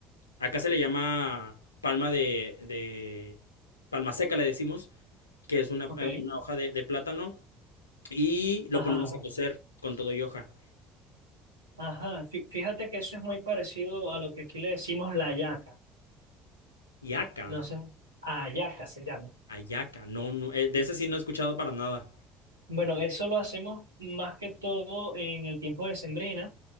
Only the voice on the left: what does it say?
acá se le llama palma de, de, palma seca le decimos, que es una,
eh, una hoja de, de plátano, y lo
ponemos
a cocer con todo y hoja.
Yaca,
ayaca, no, no, eh, de ese sí no he escuchado para nada.